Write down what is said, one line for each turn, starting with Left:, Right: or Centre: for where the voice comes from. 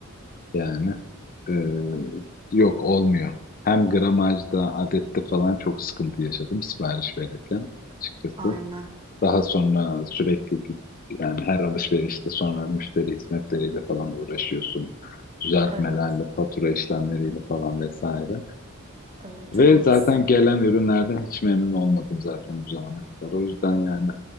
Left: yani e, yok olmuyor. Hem gramajda, adette falan çok sıkıntı yaşadım sipariş verirken açıkçası.
Right: Aynen.
Left: Daha sonra sürekli git- yani her alışverişte sonra müşteri hizmetleriyle falan uğraşıyorsun. Düzeltmelerle,
Right: Evet,
Left: fatura işlemleriyle falan vesaire.
Right: evet
Left: Ve
Right: çok haklısın.
Left: zaten gelen ürünlerden hiç memnun olmadım zaten bu zamana kadar. O yüzden yani